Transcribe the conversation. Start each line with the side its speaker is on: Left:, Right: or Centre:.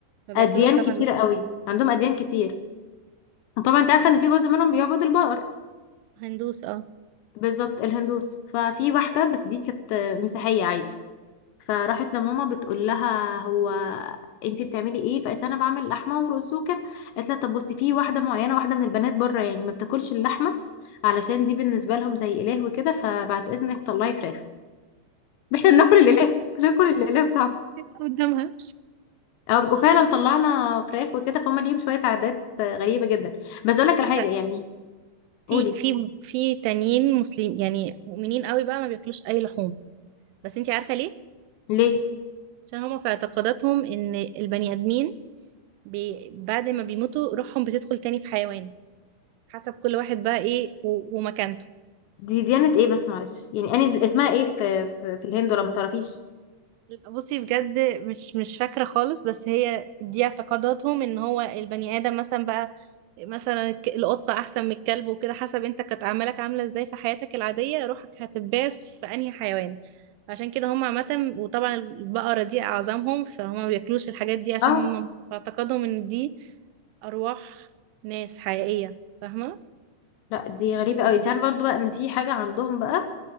Right: ما بياكلوش
Left: اديان
Right: طبعا
Left: كتير
Right: لا.
Left: قوي عندهم اديان كتير وطبعا انت عارفه ان في جزء منهم بيعبد البقر
Right: هندوس اه
Left: بالظبط الهندوس ففي واحده بس دي كانت آه، مسيحيه عادي فراحت لماما بتقول لها هو انتي بتعملي ايه فقالت لها انا بعمل لحمه ورز وكده قالت لها طب بصي في واحده معينه واحده من البنات بره يعني ما بتاكلش اللحمه علشان دي بالنسبه لهم زي اله وكده فبعد اذنك طلعي فراخ <laughs> احنا
Right: مم.
Left: بناكل الاله بناكل الاله بتاعهم
Right: تبقى قدامها
Left: او فعلا طلعنا فراخ وكده فهم ليهم شويه عادات غريبه جدا بس اقول لك
Right: بس
Left: على حاجه يعني
Right: في
Left: قولي
Right: في في تانيين مسلم يعني مؤمنين قوي بقى ما بياكلوش اي لحوم بس انتي عارفه ليه
Left: ليه
Right: عشان هما في اعتقاداتهم ان البني ادمين بي بعد ما بيموتوا روحهم بتدخل تاني في حيوان حسب كل واحد بقى ايه و- ومكانته
Left: دي ديانه ايه بس معلش يعني انا اسمها ايه في في, في الهند ولا ما تعرفيش
Right: بصي بجد مش مش فاكرة خالص بس هي دي اعتقاداتهم ان هو البني ادم مثلا بقى مثلا الك- القطة احسن من الكلب وكده حسب انت كانت اعمالك عاملة ازاي في حياتك العادية روحك هتباس في انهي حيوان عشان كده هم عامة وطبعا البقرة دي أعظمهم فهم ما بياكلوش الحاجات دي عشان
Left: اه
Right: هم في اعتقادهم إن دي أرواح ناس حقيقية فاهمة
Left: لا دي غريبه قوي انت عارفه برضو بقى ان في حاجه عندهم بقى